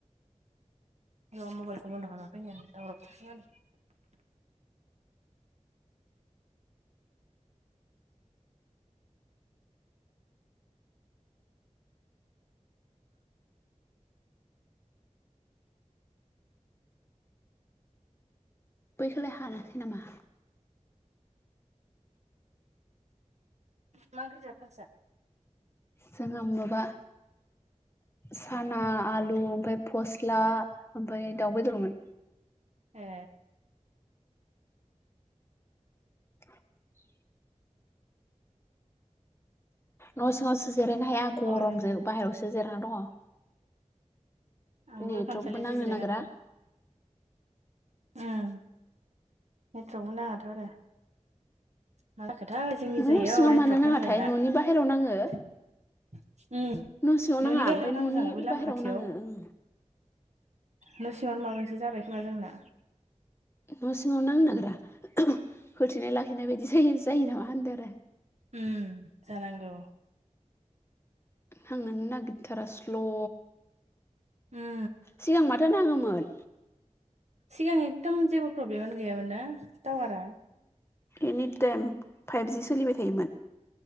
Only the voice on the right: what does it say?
र मबाइलखौ बन्द खालामना फैनि आं
मा ओंख्रि जाखो? नोंसा?
ए
थावानो
आंबो
खामसालियावसो
जिरायना
दं ओम नेथथ्र'बो नाङाथ' आरो मा जाखोथाय जोंनि
जायगायाव
नेटथ्र'क
नांलायला
उम
न'नि
बाहेराव
नाङो
जाहाना बै लामा
खाथियाव
न' सिङावनो माबा मोनसे जाबाय खोमा जोंना
उम जानांगौ
उम
सिगां एकदम जेबो प्रब्लेमानो गैयामोन ना टावारा